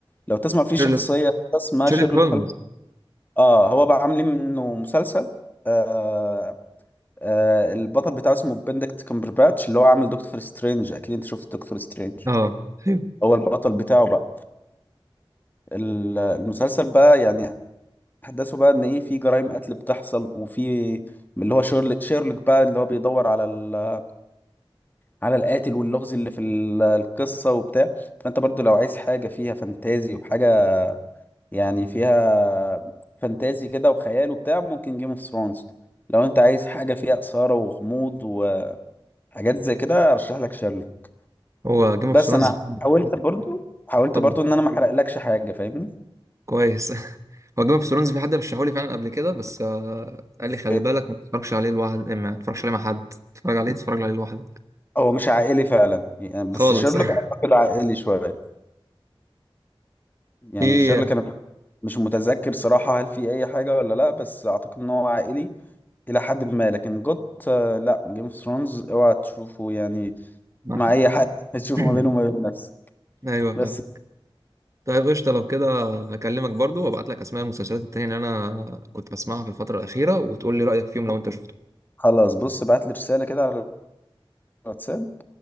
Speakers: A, on the left; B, on the right.
A: لو تسمع فيه شخصيه
B: شيرلوك
A: اسمها
B: شيرلوك
A: شيرلوك
B: هولمز
A: هول اه هو بقى عاملين منه مسلسل آه، آه البطل بتاعه اسمه بندكت كامبرباتش اللي هو عامل دكتور سترينج اكيد انت شفت دكتور سترينج
B: اه ايوه
A: هو البطل بتاعه بقى فالمسلسل بقى يعني احداثه بقى ان ايه في جرائم قتل بتحصل وفي اللي هو شيرلوك شيرلوك بقى اللي هو بيدور على ال... على القاتل واللغز اللي في ال- القصة وبتاع فانت برضو لو عايز حاجة فيها فانتازي وحاجة يعني فيها فانتازي كده وخيال وبتاع ممكن جيم اوف ثرونز لو انت عايز حاجة فيها إثارة وغموض وحاجات زي كده ارشح لك شيرلوك
B: هو جيم اوف
A: بس
B: ثرونز
A: انا حاولت برضو حاولت
B: اتفضل
A: برضو ان انا ما احرقلكش حاجه فاهمني
B: كويس <laughs> هو جيم اوف ثرونز في حد رشحولي فعلا قبل كده بس آه قال لي خلي
A: اوكي
B: بالك ما تتفرجش عليه لوحدك ما تتفرجش عليه مع حد تتفرج عليه تتفرج عليه لوحدك
A: هو مش عائلي فعلا يعني
B: خالص
A: بس شيرلوك
B: <laughs>
A: اعتقد عائلي شويه يعني
B: في
A: شيرلوك انا مش متذكر صراحه هل في اي حاجه ولا لا بس اعتقد ان هو عائلي الى حد ما لكن جوت آه، لا جيم اوف ثرونز اوعى تشوفه يعني
B: مع
A: مع
B: حد.
A: اي حد تشوفه
B: <clears throat>
A: ما بينه وما بين نفسه
B: ايوه
A: بس
B: فاهم طيب قشطة لو كده هكلمك برضو وابعت لك اسماء المسلسلات التانية اللي انا كنت بسمعها في الفترة الأخيرة وتقول لي رأيك فيهم لو انت شفته
A: خلاص بص بعت لي رساله كده على الواتساب